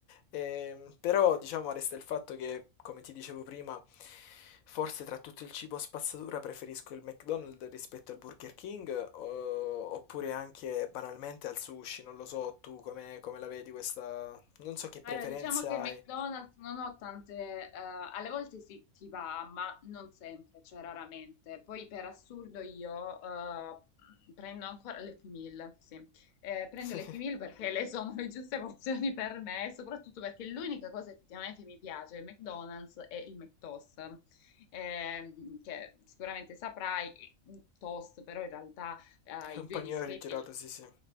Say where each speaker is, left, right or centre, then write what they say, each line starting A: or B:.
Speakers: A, on the left; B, on the left.
A: Ehm, però, diciamo, resta il fatto che, come ti dicevo prima, forse tra tutto il cibo spazzatura preferisco il McDonald's rispetto al Burger King, o- oppure anche banalmente al sushi, non lo so, tu come, come la vedi questa... Non so che preferenze
B: Allora, diciamo che
A: hai.
B: il McDonald's non ho tante, eh, alle volte sì, ti va, ma non sempre, cioè raramente. Poi per assurdo io eh, prendo ancora le Happy Meal, sì. Eh, prendo
A: <laughs>
B: le Happy Meal perché le sono le giuste emozioni per me, e soprattutto perché l'unica cosa effettivamente mi piace del McDonald's è il McToast, ehm, che sicuramente saprai, eh, toast, però in realtà eh,
A: È
B: i
A: un
B: due
A: panino
B: dischetti
A: rigirato,
B: non
A: sì, sì.